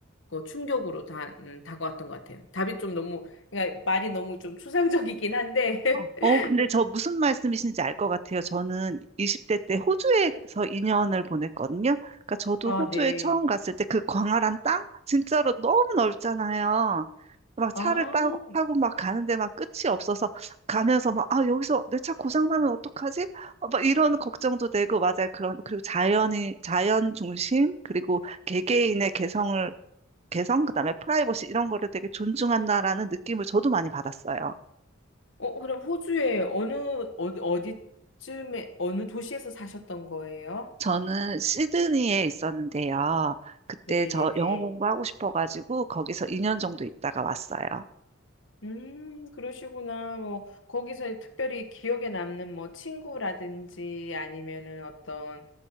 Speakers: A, on the left; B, on the right.
A: 그 충격으로 다 음, 다가왔던 것 같아요. 답이 좀 너무 그러니까 말이 너무 좀 추상적이긴 한데.
B: 어,
A: <laughs>
B: 어, 근데 저 무슨 말씀이신지 알 것 같아요. 저는 20대 때 호주에서 2년을 보냈거든요. 그러니까 저도
A: 아,
B: 호주에
A: 네.
B: 처음 갔을 때 그 광활한 땅? 진짜로 너무 넓잖아요. 막
A: 아,
B: 차를 타고, 타고 막 가는데 막 끝이 없어서 가면서 막, 아, 여기서 내 차 고장나면 어떡하지? 어, 막 이런 걱정도 되고, 맞아요. 그런, 그리고 자연이, 자연 중심, 그리고 개개인의 개성을, 개성, 그다음에 프라이버시 이런 거를 되게 존중한다라는 느낌을 저도 많이 받았어요.
A: 어, 그럼 호주에 어느, 어디, 어디쯤에, 어느 도시에서 사셨던 거예요?
B: 저는 시드니에 있었는데요. 그때
A: 네네네.
B: 저 영어 공부하고 싶어가지고 거기서 2년 정도 있다가 왔어요.
A: 음, 그러시구나. 뭐, 거기서 특별히 기억에 남는 뭐, 친구라든지 아니면은 어떤,